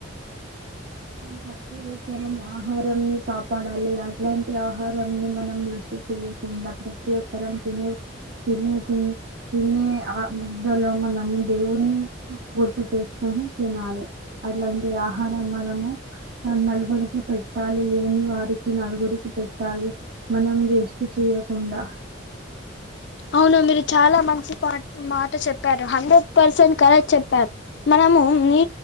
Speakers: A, on the right; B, on the left.
A: ప్రతి ఒక్కరం ఆహారం ని కాపాడాలి అట్లాంటి ఆహారం ని మనం <inaudible> చేయకుండా ప్రతి ఒక్కరం తినే తినే టి తినే ఆ ముద్దలో మనం దేవుని <inaudible> ప్పు చేసుకొని తినాలి అట్లాంటి ఆహారం మనము నలుగురికి పెట్టాలి లేని వారికి నలుగురికి పెట్టాలి మనం వేస్ట్ చేయకుండా
B: అవును మీరు చాలా మంచి పాట్ మాట చెప్పారు హండ్రెడ్ పర్సెంట్ కరెక్ట్ చెప్పారు మనము మీ